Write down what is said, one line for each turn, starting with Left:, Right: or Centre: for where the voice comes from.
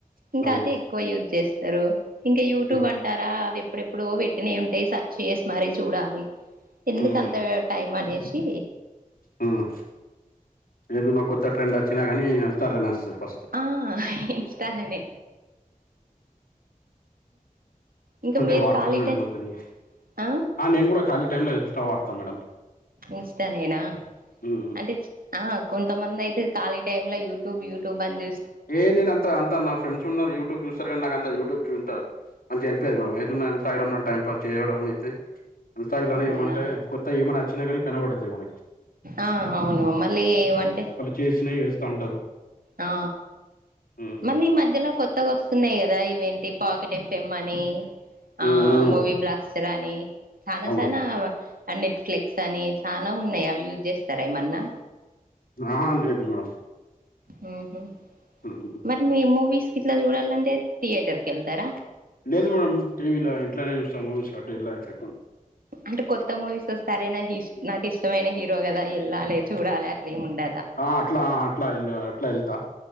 Right: ఇంకా
Left: అవును
Right: అదే ఎక్కువ యూజ్ చేస్తారు ఇంకా యూట్యూబ్
Left: మ్మ్.
Right: అంటారా అదే ప్పుడెప్పుడో పెట్టినాయి ఉంటాయి సర్చ్ చేసి మరీ చూడాలి ఎందుకు
Left: మ్మ్.
Right: అంతా టైం అనేసి
Left: ఉమ్మ్ ఏదనా కొత్త ట్రెండ్ అచ్చినా కానీ ఇన్స్టాలోనే వస్తాది ఫస్ట్
Right: ఆ ఇన్స్టాలోనే ఇంకా
Left: అంటే
Right: మీరు
Left: వాడతానండి
Right: ఖాళీ టై
Left: మొత్తానికి
Right: ఆ
Left: ఆ నేను కూడా ఖాళీ టైంలో ఇన్స్టా వాడతా మేడం
Right: ఇన్స్టానేనా
Left: మ్మ్.
Right: అంటే ఆ కొంతమంది అయితే ఖాళీ టైమ్‌లో యూట్యూబ్ యూట్యూబ్ అని చూ
Left: ఏ నేను అంత అంతా నా ఫ్రెండ్స్ ఉన్నారు యూట్యూబ్ చూ స్తారు కానీ నాకంత యూట్యూబ్ చూ అంతా మంచిగా అనిపియ్యదు మేడం ఏదున్న ఇన్స్టాగ్రామ్‌లో టైం పాస్ చేయడం అయితే ఇన్స్టాగ్లోనే
Right: అవునా
Left: ఏమంటే కొత్తయి ఏమనా వచ్చినా కానీ కనబడతాయి మనకి
Right: ఆ అవును మళ్ళీ ఏమంటే
Left: చేసినయి చేస్తా ఉంటారు
Right: ఆ
Left: మ్మ్.
Right: మళ్ళీ ఈ మధ్యలో కొత్తగా వ స్తున్నాయి కదా ఇవేంటి పాకెట్ ఎఫ్ఎం అని ఆ
Left: మ్మ్.
Right: మూవీ బ్లాస్టర్ అని చానా
Left: అవునవును
Right: చానా అవ ఆ నెట్ఫ్ల్‌‌క్స్ అని చానా ఉన్నాయి అవి యూజ్ చేస్తారా ఏమన్నా
Left: ఆహా లేదు మేడం
Right: మ్మ్ఉమ్మ్
Left: ఉహు
Right: మరి మీ మూవీస్ గిట్ల చూడాలంటే థియేటర్కి వెళ్తారా.
Left: లేదు మేడమ్ టీవీలో ఇంట్లోనే చూస్తాం మూవీస్ కట్ట ఇల్లా ఎక్కు
Right: అంటే కొత్త మూవీస్ వస్తారే నా నాకు ఇష్టమైన హీరో కదా వెళ్ళాలి చూడాలి అట్లే ఏం ఉండ
Left: ఆ అట్లా అట్లా వె అట్లా వెళ్తా